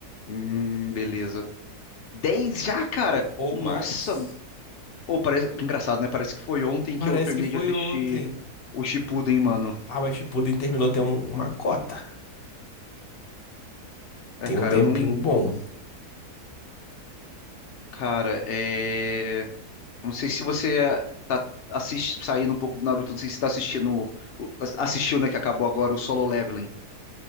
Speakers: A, on the left; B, on the left.
A: Hum, beleza. Dez já, cara?
B: ou
A: Nossa,
B: mais.
A: Ou parece engraçado, né? Parece que foi ontem
B: Parece
A: que eu terminei
B: que foi
A: de assistir
B: ontem.
A: o Shippuden, mano.
B: Ah, mas Shippuden terminou tem um- uma cota.
A: É,
B: Tem
A: cara,
B: um tempinho
A: eu não,
B: bom.
A: cara, é, não sei se você é, tá assist... saindo um pouco do Naruto, não sei se você tá assistindo, o- assistiu, né, que acabou agora o Solo Leveling.